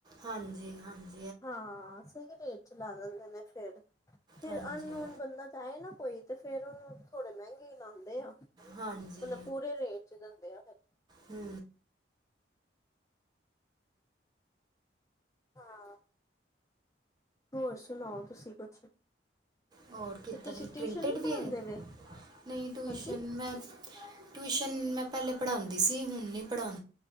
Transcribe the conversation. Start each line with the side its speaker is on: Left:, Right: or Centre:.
Right: ਹਾਂਜੀ ਹਾਂਜ
Left: ਹਾਂ ਸਈ ਰੇਟ ਚ ਲਾ ਦਿੰਦੇ ਨੇ ਫਿਰ, ਫਿਰ
Right: ਹਾਂਜੀ
Left: ਅਨਨੋਨ ਬੰਦਾ ਆਏ ਨਾ ਕੋਈ ਤੇ ਫ਼ੇਰ ਥੋੜੇ ਮਹਿੰਗੇ ਈ ਲਾਂਦੇ ਆ।
Right: ਹਾਂਜੀ
Left: ਮਲਬ ਪੂਰੇ ਰੇਟ ਚ ਦਿੰਦੇ ਆ ਫੇਰ।
Right: ਹੂੰ
Left: ਹਾਂ, ਹੋਰ ਸੁਣਾਓ ਤੁਸੀ ਕੁਛ?
Right: ਹੋਰ ਕਿੱਦਾਂ
Left: ਤੇ ਤੁਸੀਂ ਟਿਊਸ਼ਨ
Right: ਪ੍ਰਿੰਟਡ
Left: ਨੀ
Right: ਵੀ
Left: ਪੜ੍ਹਾਉਂਦੇ
Right: ਐ,
Left: ਵੇ?
Right: ਨਈ ਟਿਊਸ਼ਨ
Left: ਹਾਂਜੀ।
Right: ਮੈਂ ਟਿਊਸ਼ਨ ਮੈਂ ਪਹਿਲੇ ਪੜ੍ਹਾਂਦੀ ਸੀ ਹੁਣ ਨੀ ਪੜ੍ਹਾਂ